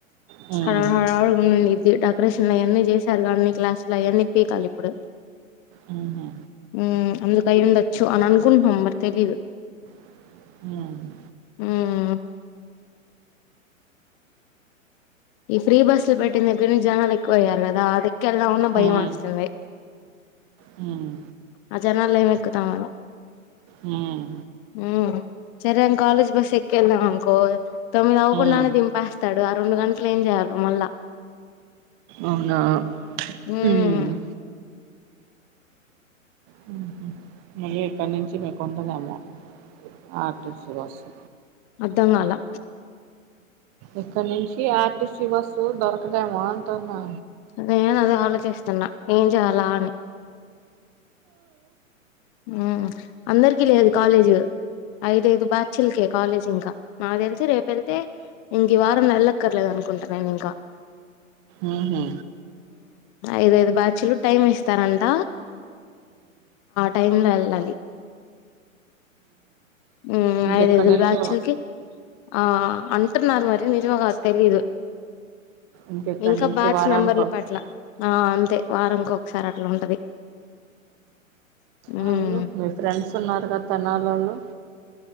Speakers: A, on the right; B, on the left.
A: హ్మ్.
B: హల్ హడావుడి ఉన్నఇది డెకరేషన్ అయన్నీ జేశారుగ అన్ని క్లాస్ లో అయన్నీ పీకాలిప్పుడు
A: హుహు.
B: ఉమ్ అందుకయుండొచ్చు అననుకుంటున్నాం బట్ తెలీదు.
A: హ్మ్
B: ఉమ్ ఉమ్ ఈ ఫ్రీ బస్సు పెట్టిన దగ్గర నుంచి జనాలు ఎక్కువయ్యారు గదా అదెక్కేళ్దామన్నా
A: హ్మ్.
B: భయమేస్తుంది.
A: హ్మ్.
B: ఆ జనాల్ల ఏం ఎక్కుతమని
A: హ్మ్
B: ఉమ్ సరే అన్ కాలేజ్ బస్ ఎక్కేళ్ళామనుకో తొమ్మిది అవ్వకుండానే
A: హ్మ్.
B: దింపేస్తాడు ఆ రెండు గంటలు ఏం జేయాల్ మళ్ళ
A: అవునా
B: ఉమ్
A: హ్మ్. హుహు. మళ్ళీ ఇక్కడి నుంచి మీకు ఉండదేమో ఆర్ టీ సి బస్సు
B: ర్థంకాలా
A: ఇక్కడ్నుంచి ఆర్టీసీ బస్సు దొరకదేమో అంటున్నా.
B: నేనదే ఆలోచిస్తున్నా ఏం జేయాలా అని. ఉమ్ అందరికి లేదు కాలేజ్ ఐదైదు బ్యాచిల్కే కాలేజ్ ఇంకా, నాక్ తెలిసి రేపేళ్తే ఇంగివారం ఎల్లక్కర్లేదను అనుకుంట నేనింకా
A: ఉమ్ హు
B: ఐదైదు బ్యాచులు టైం ఇస్తారంట టైమ్ ల వెళ్ళాలి ఉమ్
A: ఇంకెక్కడి
B: ఐదైదుల్
A: నుంచి
B: బ్యాచ్చుల్కి ఆ అంటున్నారు మరి నిజమో గాద్ త్తెలీదు
A: ఇంకెక్కడి
B: ఇంక
A: నుంచి
B: బ్యాచ్
A: వారానికి
B: నంబర్ల
A: ఒకసా
B: కట్ల ఆ అంతే వారంకొకసారి అట్ల ఉంటది ఉమ్
A: వాళ్ళు మీ ఫ్రెండ్స్ ఉన్నారు గద తెనాలోళ్ళు